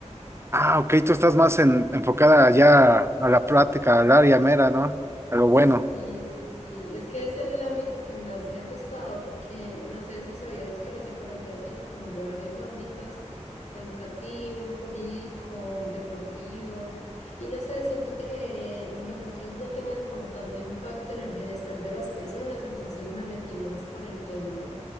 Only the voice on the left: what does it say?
Sí,
sí, sí. Es que es el ámbito que más me ha gustado porque no sé si sabías que la psicología tiene como varios ámbitos, educativo, jurídico, deportivo, y no sé, siento que los otros no tenían como tanto impacto en el bienestar de las personas, entonces me metí más por el tema